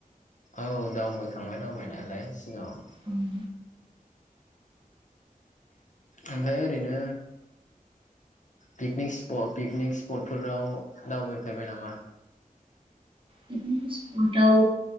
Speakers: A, on the left; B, on the right.
A: औ दावबायखांबाय दावबायनायालाय सिगाङाव।
B: उम
A: ओमफाय ओरैनो पिकनिक स्टक, पिकनिक स्पटफोराव दावबायफेरबाय नामा?
B: पिकनिक स्पटाव